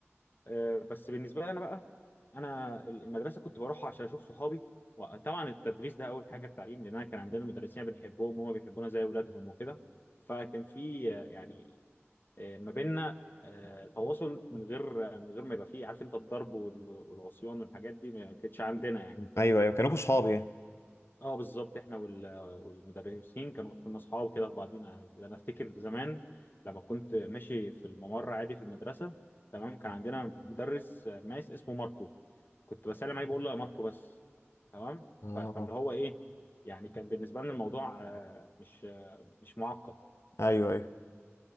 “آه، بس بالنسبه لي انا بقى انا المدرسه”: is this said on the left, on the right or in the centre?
Left